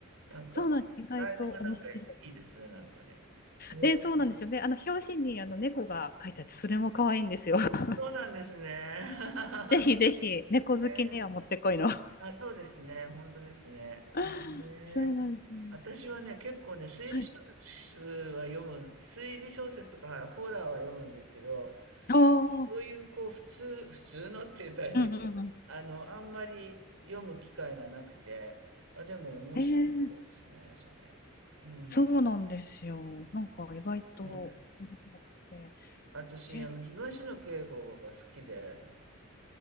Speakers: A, on the right; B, on the left.
A: ー。なんか、
B: そうなんです。意外と面白いです。
A: 題名がなんかいいですね、なんかね。え。
B: で、そうなんですよね。あの、表紙にあの猫が書いてあって、それも可愛いんですよ。<laughs>
A: そうなんですね。<laughs>
B: ぜひぜひ、猫好きにはもってこいの。
A: へーあ、そうですね。本当ですね。
B: <laughs>
A: へ
B: そうなんですよ。
A: え私はね、結構ね、推理小説は読む、
B: はい。
A: 推理小説とかホラーは読むんですけど、
B: あ
A: そういうこう、
B: あ、
A: 普通、普通のって言うとあれだけど、
B: うんうんうん。
A: あの、あんまり読む機会がなくて、あ、でも面白そうですね、
B: えー
A: それ。うん。
B: そうなんですよ。なんか意外と面白くて。
A: ね私、
B: で、
A: あの、東野圭吾が好きで、